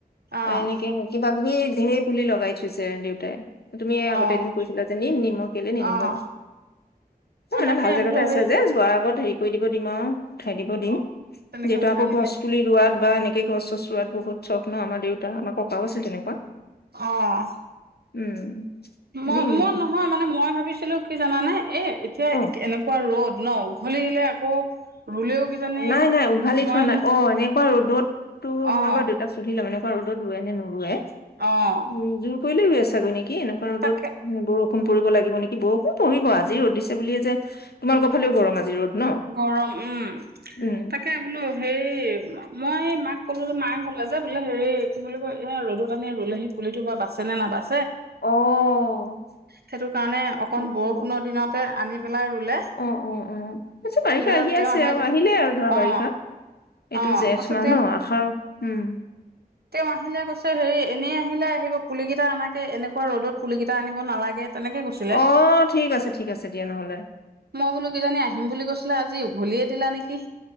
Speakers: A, on the right (about 80°); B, on the left (about 80°).
A: অ',
B: এনেকৈ কিবা তি ঢেৰ পুলি লগাই থৈছে দেউতাই তুমি আগ
A: অ',
B: গৈছিলে কৈছিলা যে নিম নিম কেলে নিনিম
A: অ',
B: বাও
A: অ',
B: মানে
A: তাকে
B: ভাল জেগাতেটা
A: বোলো হয়
B: আছে যে যোৱাৰ আগত হেৰি হ কৰি দিব দিম উ খাই দিব দিম
A: অ', তেনেকে
B: যিহেতু
A: উঠাই
B: আকৌ
A: নিলে
B: গছ তুলি ৰোৱাত বা এনে গছ চছ ৰোৱাত বহুত চখ ন আমাৰ দেউতা আমাৰ ককাও আছিল তেনেকুৱা
A: অ',
B: উম
A: মই
B: নিম
A: মই
B: নিম
A: নহয় মানে মই মই ভাবিছিলো কি জানে এ এতিয়া
B: অ
A: এনেকুৱা ৰ'দ ন উঘালি দিলে আকৌ ৰুলেও কিজানি
B: অ নাই নাই উঘালি
A: হয়
B: থোৱা নাই
A: ন
B: অ এনে ৰ'দত তো
A: অ',
B: মই বাৰ দেউতাসুধি লম এনে কোৱা আৰু ত ৰোৱে নে নোৰোৱে
A: অ',
B: উম জোৰ কৰিলে গৈ আছে চাগু কি এনেকুৱা ৰ'দত
A: তাকে
B: ব খুন পৰিব লাগিব নেকি বৰুখুণ পৰিব আজি ৰ'দ দিছে বুলিয়ে যে তোমালোকৰ ফালেও গৰম আজি ৰ'দ ন
A: গৰম উম
B: উম।
A: তাকে বোলো সেই মই মাক ক'লো যে মায়ে হলে যে বোলে হেৰি কি বুলি কয় এ ৰ'দত আনি ৰুলেহি পুলি থবা বাচছে নে নাবাচ
B: অ'।
A: সেইটো কাৰণে অকণ
B: সেইটো
A: বৰষুণৰ দিনতে আনি পেলাই ৰুলে
B: অ অ অ আচছা বাৰিষা
A: বোলে
B: আহি
A: তেওঁ
B: আছে
A: আহে
B: আৰু আহিলে আৰু ধৰা
A: অ
B: বাৰিষা এইটো
A: অ
B: জেঠ
A: কৈছে
B: মাহ
A: তেওঁ
B: ন আহাৰ উম
A: তেওঁ আহিলে কৈছে হেৰি এনেই আহিলে আহিব পুল কেইটা আনাকে এনেকুৱা ৰ'দত পুলুলি কেইটা আনিব নালাগে তেনেকে গৈছিলে
B: অ' ঠিক আছে ঠিক আছে দিয়া নহ'লে
A: মই বোলো কিজানি আহিম বুলি কৈছিলে আজি যি উঘলিয়ে দিলা নেকি